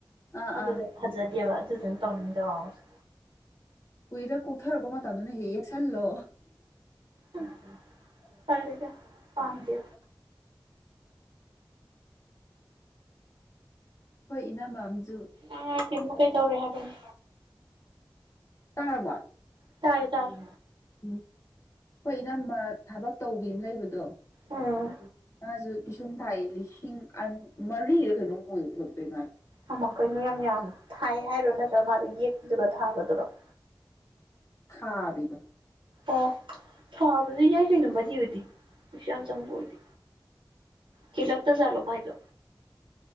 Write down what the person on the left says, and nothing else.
ꯑꯥ
ꯑꯥ
ꯀꯨꯏꯗ ꯀꯣꯛꯊꯔꯛꯄ ꯃꯇꯝꯗꯨꯅ ꯍꯦꯛ ꯌꯦꯛꯁꯜꯂꯣ
ꯍꯣꯏ ꯢꯅꯝꯃ ꯁꯨ
ꯇꯔꯔꯕꯣ
ꯎꯝ ꯍꯣꯏ ꯏꯅꯝꯃ ꯊꯕꯛ ꯇꯧꯕꯤ ꯑꯃ ꯂꯩꯕꯗꯣ
ꯃꯥꯖꯨ ꯄꯤꯁꯨꯝ ꯉꯥꯏ ꯂꯤꯁꯤꯡ ꯃꯔꯤꯒ ꯀꯩꯅꯣꯃꯨꯛ ꯑꯣꯏꯒꯨꯝ ꯇꯧꯕꯅꯦ
ꯍꯥꯕꯤꯗ